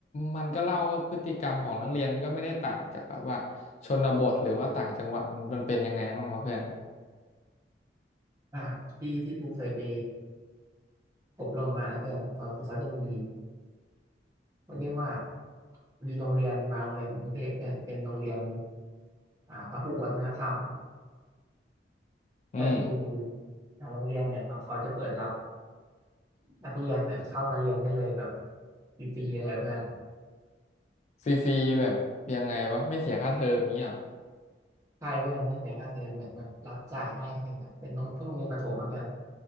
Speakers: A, on the left; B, on the right.
A: มันก็เล่าว่าพฤติกรรมของนักเรียนก็ไม่ได้ต่างจากแบบว่าชนบทหรือว่าต่างจังหวัดมันเป็นยังไงบ้างวะเพื่อน
B: อ่าที่ที่กูเคยไปอบรมมานะเพื่อนเขาคือเขาจะมีเขาเรียกว่ามีโรงเรียนบางโรงเรียนกรุงเทพเนี่ยเป็นโรงเรียนอ่าพหุวัฒนธรรม
A: อืม
B: ก็คืออ่าโรงเรียนเนี่ยเขาเขาจะเปิดรับนักเรียนเนี่ยเข้ามาเรียนได้เลยแบบฟรีๆเลยเพื่อน
A: ฟรีๆแบบยังไงวะไม่เสียค่าเทอมนี้เหรอ
B: ใช่เพื่อนไม่เสียค่าเทอมเหมือนแบบรับจ่ายให้อะไรเงี้ยเป็นโรงพวกโรงเรียนประถมมาเพื่อน